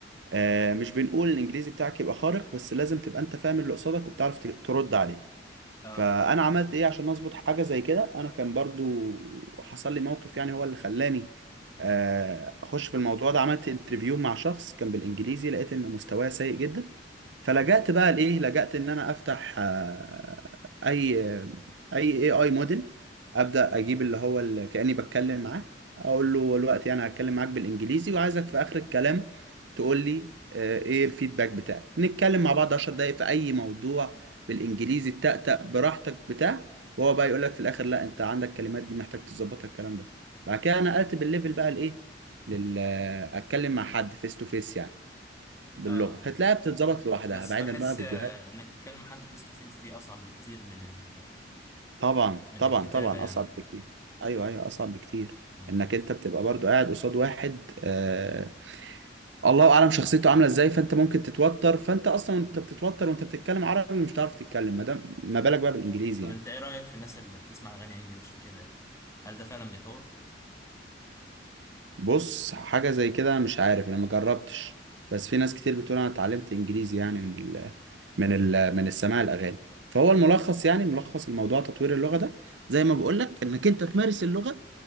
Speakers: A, on the right; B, on the left.
A: آه مش بنقول الانجليزي بتاعك يبقى خارق بس لازم تبقى انت فاهم اللي قصادك وبتعرف ت- ترد عليه
B: اه
A: فانا عملت ايه عشان اظبط حاجه زي كده انا كان برضو حصل لي موقف يعني هو اللي خلاني آه، اخش في الموضوع ده عملت انترفيو مع شخص كان بالانجليزي لقيت ان مستواه سيء جدا فلجأت بقى لايه لجأت ان انا افتح آه، اي اي اي اي موديل ابدا اجيب اللي هو اللي كاني بتكلم معاه اقول له دلوقتي انا هتكلم معاك بالانجليزي وعايزك في اخر الكلام تقول لي آه، ايه الفيدباك بتاعك نتكلم مع بعض 10 دقايق في اي موضوع بالانجليزي التأتأ براحتك بتاع وهو بقى يقول لك في الاخر لا انت عندك كلمات دي محتاج تظبطها الكلام ده بعد كده نقلت بالليفل بقى لايه لل اتكلم مع حد فيس تو فيس يعني باللغه
B: اه
A: هتلاقيها بتتظبط لوحدها
B: بس
A: بعيدا
B: بحس
A: بقى فيديوهات
B: آه، انك تكلم حد فيس تو فيس دي اصعب بكتير من ال...
A: طبعا
B: من
A: طبعا
B: الكتابة
A: طبعا
B: يعني
A: اصعب بكتير ايوه ايوه اصعب بكتير
B: مم.
A: انك انت بتبقى برضو قاعد قصاد واحد آه... الله اعلم شخصيته عامله ازاي فانت ممكن تتوتر فانت اصلا وانت بتتوتر وانت بتتكلم عربي مش هتعرف تتكلم ما دام ما بالك بقى بالانجليزي
B: طب
A: يعني
B: انت ايه رأيك في الناس اللي بتسمع اغاني انجلش وكده هل ده فعلا بيطور؟
A: بص حاجة زي كده مش عارف انا ما جربتش بس في ناس كتير بتقول انا اتعلمت انجليزي يعني من ال من ال من السماع الاغاني فهو الملخص يعني ملخص الموضوع تطوير اللغة ده زي ما بقول لك انك انت تمارس اللغة